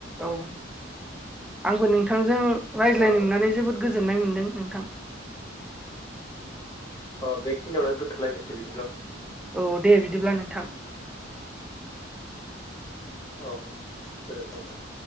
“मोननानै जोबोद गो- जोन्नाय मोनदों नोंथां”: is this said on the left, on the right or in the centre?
Centre